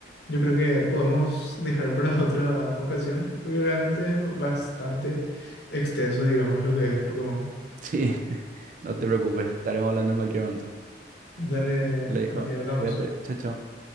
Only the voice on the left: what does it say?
Yo creo que podemos dejar para <laughs> otra ocasión, porque realmente es bastante extenso, digamos, lo que es Pokémon.
Dale,
Matías, hablamos.